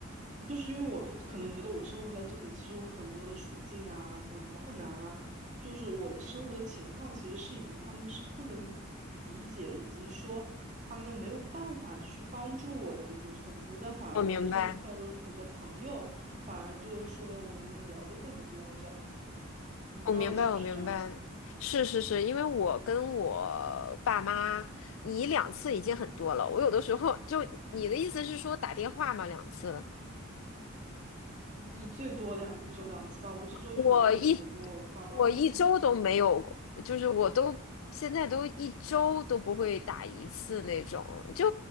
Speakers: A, on the right (about 35°); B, on the left (about 70°).
A: 就是因为我可能觉得我生活在这里，其实我很多的处境啊，我的困难啊，就是我的生活的情况，其实是已经他们是不能理解，以及说他们没有办法去帮助我的一个程度。但反而我在这里遇到的很多朋友，
B: 我明白，
A: 反而就是说我们能聊得更多这样子。我不知道你是不是这样子的，
B: 我明白，我明白。是是是，因为我跟我爸妈，你两次已经很多了。我有的时候就你的意思是说打电话嘛，两次。
A: 嗯就最多两一周两次吧。我这周就没有怎么跟我爸妈打过电话。
B: 我一我一周都没有，就是我都现在都一周都不会打一次那种，就